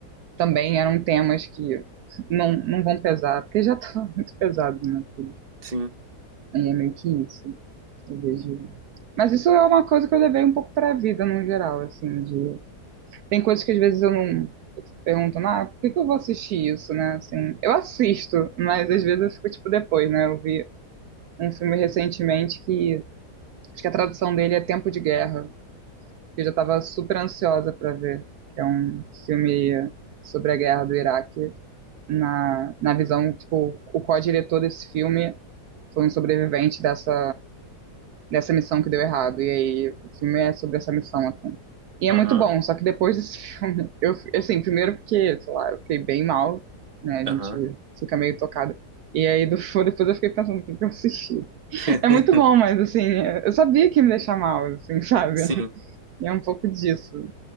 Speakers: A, on the right (about 75°); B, on the right (about 25°).
A: também eram temas que não, não vão pesar, porque já tá <laughs> muito pesado, né? tudo.
B: Sim,
A: É meio que isso. Eu vejo. Mas isso é uma coisa que eu levei um pouco para a vida no geral, assim, de... Tem coisas que às vezes eu não eu fico perguntando, ah, por que que eu vou assistir isso, né? Assim, eu assisto, mas às vezes eu fico tipo depois, né? Eu vi um filme recentemente que acho que a tradução dele é Tempo de Guerra, que eu já tava super ansiosa para ver, que é um filme sobre a guerra do Iraque na, na visão, tipo, o co-diretor desse filme foi um sobrevivente dessa, dessa missão que deu errado. E aí o filme é sobre essa missão, assim. E
B: aham,
A: é muito bom, só que depois desse <laughs> filme, eu, assim, primeiro porque, sei lá, eu fiquei bem mal, né? A
B: aham.
A: gente fica meio tocada. E aí do- <laughs> depois eu fiquei pensando o que que eu assisti.
B: <laughs>
A: É muito bom, mas assim, eu sabia que ia me deixar mal, assim, <laughs> sabe?
B: Sim,
A: E é um pouco disso.